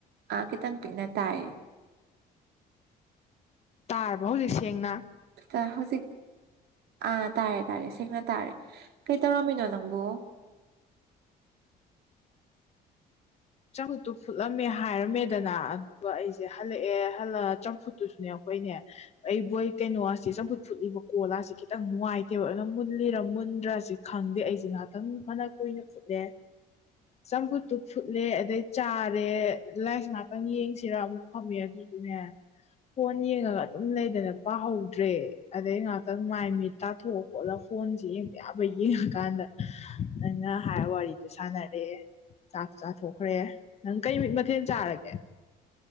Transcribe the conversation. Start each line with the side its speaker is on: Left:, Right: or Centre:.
Right: ꯑꯥ ꯈꯤꯇꯪ ꯄꯤꯛꯅ ꯇꯥꯏꯌꯦ
Left: ꯇꯥꯔꯕ꯭ꯔꯣ ꯍꯧꯖꯤꯛ ꯁꯦꯡꯅ
Right: ꯇꯥ ꯍꯧꯖꯤꯛ ꯑꯥ ꯇꯥꯔꯦ ꯇꯥꯔꯦ ꯁꯦꯡꯅ ꯇꯥꯔꯦ ꯀꯩ ꯇꯧꯔꯝꯃꯤꯅꯣ ꯅꯪꯕꯨ <inaudible>
Left: ꯆꯝꯐꯨꯠꯇꯨ ꯐꯨꯠꯂꯝꯃꯦ ꯍꯥꯏꯔꯝꯃꯦꯗꯅ ꯑꯗꯨꯒ ꯑꯩꯁꯦ ꯍꯜꯂꯛꯑꯦ ꯍꯜꯂꯛꯑꯒ ꯆꯝꯐꯨꯠꯇꯨꯁꯨꯅꯦ ꯑꯩꯈꯣꯏꯅꯦ ꯑꯩꯕꯣꯏ ꯀꯩꯅꯣꯁꯤ ꯆꯝꯐꯨꯠ ꯐꯨꯠꯂꯨꯕ ꯀꯣꯜꯁꯤ ꯈꯤꯇꯪ ꯅꯨꯡꯉꯥꯏꯇꯦꯕ ꯑꯗꯨꯅ ꯃꯨꯜꯂꯤꯔ ꯃꯨꯟꯗ꯭ꯔꯤꯔ ꯃꯨꯟꯗ꯭ꯔꯁꯤ ꯈꯪꯗꯦ ꯑꯩꯁꯦ ꯉꯩꯍꯥꯛꯇꯪ ꯐꯅ ꯀꯨꯏꯅ ꯐꯨꯠꯂꯦ ꯆꯝꯐꯨꯠꯇꯨ ꯐꯨꯠ ꯆꯠꯂꯦ ꯑꯗꯩ ꯆꯥꯔꯦ ꯂꯥꯏꯔꯤꯛ ꯉꯥꯛꯇꯪ ꯌꯦꯡꯁꯤꯔꯥ ꯑꯃꯨꯛ ꯐꯝꯃꯦ ꯑꯗꯨꯕꯨꯅꯦ ꯐꯣꯟ ꯌꯦꯡꯉꯒ ꯑꯗꯨꯝ ꯂꯩꯗꯅ ꯄꯥꯍꯧꯗ꯭ꯔꯦ ꯑꯗꯩ ꯉꯍꯥꯛꯇꯪ ꯃꯥꯏ ꯃꯤꯠ ꯇꯥꯊꯣꯛ ꯈꯣꯠꯂꯒ ꯐꯣꯟꯁꯤ ꯌꯦꯡꯕ ꯌꯥꯕ ꯌꯦꯡꯉꯀꯥꯟꯗ ꯅꯪꯅ ꯍꯥꯏꯕ ꯋꯥꯔꯤꯗꯣ ꯁꯥꯟꯅꯔꯦ ꯆꯥꯛ ꯆꯥꯊꯣꯛꯈ꯭ꯔꯦ ꯅꯪ ꯀꯩ ꯃꯊꯦꯜ ꯆꯥꯔꯒꯦ